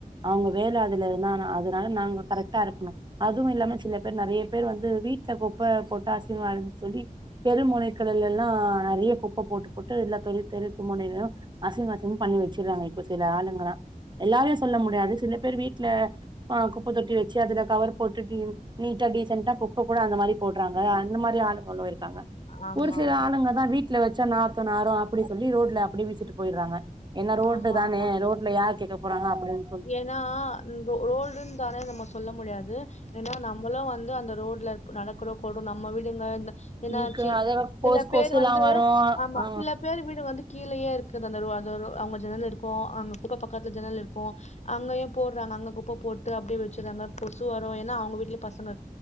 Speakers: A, on the right (about 30°); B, on the left (about 50°).
A: அவங்க வேல அதுல இருந்தானா அதனால நாங்க கரெக்ட் டா இருக்கனு அதுவு இல்லாம சில பேர் நெறைய பேர் வந்து வீட்ல குப்ப போட்டா அசிங்கமா இருக்குன் சொல்லி தெரு முனைகள்ள எல்லா நெறைய குப்ப போட்டு போட்டு எல்லா தெரு தெருக்கு மொனைல அசிங்க அசிங்கம் பண்ணி வச்சிறாங்க இப்ப சில ஆளுங்களா எல்லாமே சொல்ல முடியாது சில பேர் வீட்ல ஆ குப்ப தொட்டி வச்சி அதுல கவர் போட்டுட்டு நீட்டா டீசண்டா குப்ப கூட அந்த மாரி போட்றாங்க அந்த மாரி ஆளுங்களு இருக்காங்க
B: ஆமா
A: ஒரு சில
B: ம் ஆமா
A: ஆளுங்க
B: ஆமா
A: தா வீட்ல வச்சா நாத்தோ நாரு அப்டி சொல்லி ரோட்ல அப்டியே வீசிட்டு போய்றாங்க ஏனா ரோடு
B: ஆமா
A: தானே
B: ஆமா
A: ரோட்ல யார் கேக்க போறாங்க அப்டின்
B: ஏன்னா ரோ ரோடுன் தான நம்ம சொல்ல முடியாது ஏன்னா நம்மளும் வந்து அந்த ரோட்ல நடக்கறோ கூட நம்ம வீடுங்க அ என்னாச்சி
A: இருக்கு அத கொசு
B: சில
A: கொசுல்லா
B: பேர் வந்து
A: வரு
B: ஆமா
A: ஆ
B: சில பேர் வீடு வந்து கீழேயே இருக்கு அந்த ரோ அவங்க ஜன்னல் இருக்கும் அவங்க குப்ப பக்கத்துல ஜன்னல் இருக்கும் கும் அங்கயும் போடுறாங்க அங்க குப்பை போட்டு அப்படியே வச்சறாங்க கொசு வரும் ஏன்னா அவங்க வீட்டுலயு பசங்க